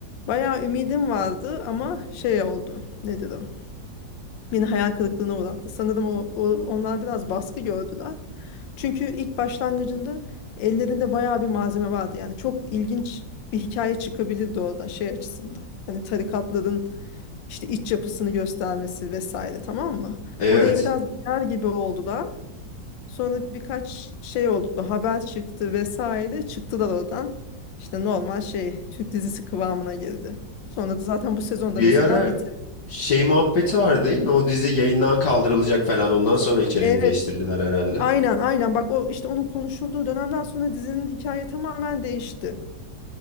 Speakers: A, on the left (about 90°); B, on the left (about 65°).
A: bayağı ümidim vardı ama şey oldu. Nedir o? Beni hayal kırıklığına uğrattı. Sanırım o, o- onlar biraz baskı gördüler. Çünkü ilk başlangıcında ellerinde bayağı bir malzeme vardı. Yani çok ilginç bir hikaye çıkabilirdi orada şey açısından. Hani tarikatların işte iç yapısını göstermesi vesaire tamam mı?
B: Evet.
A: Oraya biraz girer gibi oldular. Sonra birkaç şey oldu, haber çıktı vesaire. Çıktılar oradan. İşte normal şey Türk dizisi kıvamına girdi. Sonra da zaten bu sezonda
B: Bir
A: mesela
B: ara
A: bitirdi.
B: şey muhabbeti var değil mi? O dizi yayından kaldırılacak falan. Ondan sonra içeriğini
A: Evet.
B: değiştirdiler herhalde.
A: Aynen aynen bak o işte onun konuşulduğu dönemden sonra dizinin hikaye tamamen değişti.